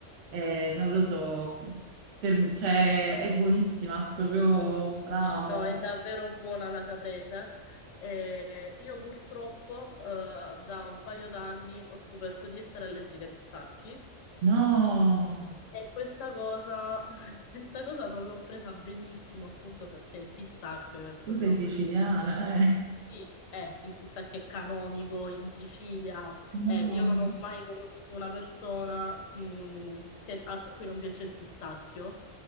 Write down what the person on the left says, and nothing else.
No, è davvero buona la caprese. E io purtroppo eh, da un paio d'anni ho scoperto di essere allergica ai pistacchi
E questa cosa, <laughs> questa cosa non l'ho presa benissimo, appunto perché il pistacchio è proprio,
sì, è, il pistacchio è canonico in Sicilia.
Eh, io non ho mai conosciuto una persona, mm, che- a cui non piace il pistacchio.